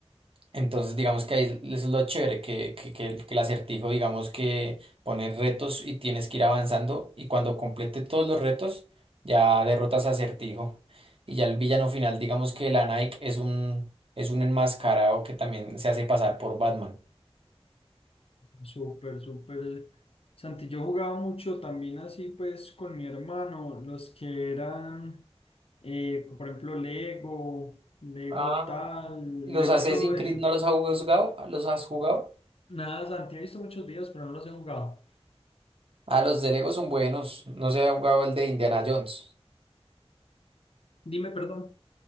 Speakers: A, on the right; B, on the left.
A: Entonces, digamos que ahí es lo chévere, que, que, que el, que el acertijo, digamos que pone retos y tienes que ir avanzando y cuando complete todos los retos, ya derrotas a acertijo. Y ya el villano final, digamos que la Nike es un, es un enmascarado que también se hace pasar por Batman.
B: Súper, súper. Santi, yo jugaba mucho también así pues con mi hermano, los que eran, eh, por ejemplo, Lego, Lego
A: Ah,
B: tal,
A: ¿y ¿los
B: Lego
A: Assassin's
B: todo eso.
A: Creed no los has jugado? ¿Los has jugado?
B: Nada, Santi, he visto muchos videos, pero no los he jugado.
A: Ah, los de Lego son buenos. No se ha jugado el de Indiana Jones.
B: Dime, perdón.